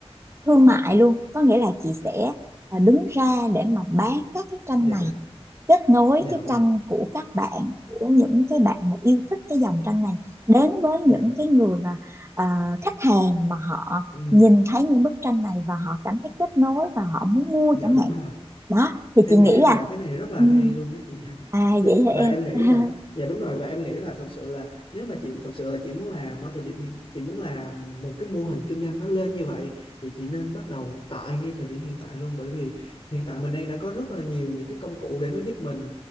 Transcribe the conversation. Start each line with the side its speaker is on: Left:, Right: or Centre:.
Right: thương mại luôn có nghĩa là chị sẽ à, đứng ra để mà bán các cái tranh
Left: dạ
Right: này kết nối
Left: dạ
Right: cái
Left: vâng
Right: tranh của các bạn của những cái bạn mà yêu thích cái dòng tranh này đến với
Left: dạ
Right: những cái người mà ờ, khách hàng mà họ
Left: ừ
Right: nhìn thấy những bức tranh này và họ cảm thấy kết nối và họ muốn mua
Left: dạ
Right: chẳng
Left: đúng
Right: hạn
Left: rồi
Right: đó thì
Left: em
Right: chị nghĩ
Left: nghĩ rằng
Right: là
Left: là cái này rất là
Right: ừ,
Left: hay luôn đó chị Hạnh
Right: à
Left: Chị-
Right: vậy hả em
Left: và em nghĩ
Right: <laughs>
Left: là dạ đúng rồi và em nghĩ là thực sự là nếu mà chị thực sự là chị muốn làm ở thời điểm hiện chị muốn làm một cái mô hình kinh doanh nó lên như vậy thì chị nên bắt đầu tại ngay thời điểm hiện tại luôn bởi vì hiện tại mình đang đã có rất là nhiều những cái công cụ để nó giúp mình